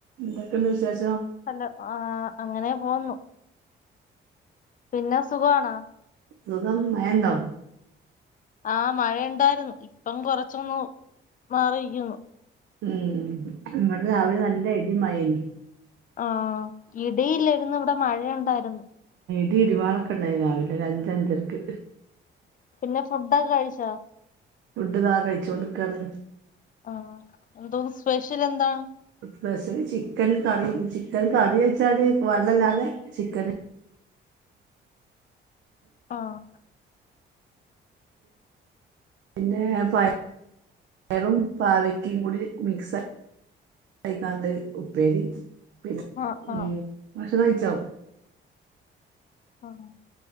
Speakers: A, on the right; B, on the left.
A: എന്തൊക്കണ്ട് വിശേഷ്
B: ഇപ്പെന്താ ആ അങ്ങനേ പോവുന്നു പിന്നെ സുഖാണോ?
A: സുഖം മഴയുണ്ടോ?
B: ആഹ് മഴ ഉണ്ടായിരുന്നു ഇപ്പം കൊറച്ചൊന്ന് മാറിയിരിക്കുന്നു.
A: ഉം നമ്മടെ രാവിലെ നല്ല ഇടിയും മഴയും യ്നി
B: ആഹ് ഇടിയില്ലരുന്നു ഇവിടെ മഴ മഴ ഉണ്ടായിരുന്നു.
A: ഇടിരുവാളൊക്കെയുണ്ടായിന് രാവിലെ അഞ് അഞ് അഞ്ചരയ്ക്ക്
B: പിന്നെ ഫുഡൊക്കെ കഴിച്ചോ?
A: ഫുഡ് ഇതാ കഴിച്ചോണ്ട്ക്കാന്ന്.
B: ആഹ് എന്തോന്ന് സ്പെഷ്യൽ എന്താണ്?
A: Special chicken curry chicken curry വെച്ചാല് വള്ളല്ലാതെ ചിക്കന്
B: ആഹ്.
A: പിന്നെ പയ പയറും പാവക്കിം കൂടി മിക്സ് ആയിക്കാണ്ട് ഉപ്പേരി. പിന്നെ
B: ആഹ്
A: <unintelligible>
B: ആഹ്
A: കഴിച്ചോ?
B: ആഹ്